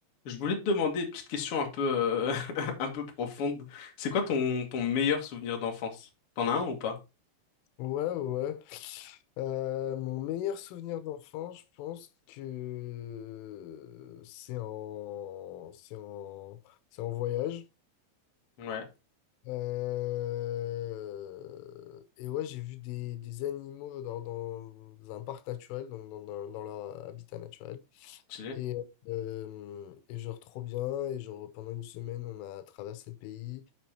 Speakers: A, on the left; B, on the left.
A: Je voulais te demander une petite question un peu, euh, <laughs> un peu profonde. C'est quoi ton, ton meilleur souvenir d'enfance? T'en as un ou pas?
B: Ouais, ouais. ouais. Euh, mon meilleur souvenir d'enfant, je pense que c'est en... C'est en... c'est en voyage.
A: Ouais,
B: Euh, Et ouais, j'ai vu des, des animaux dans, dans un parc naturel, donc dans, dans, dans leur habitat naturel.
A: stylé.
B: Et, euh, et genre trop bien. Et genre pendant une semaine, on a traversé le pays.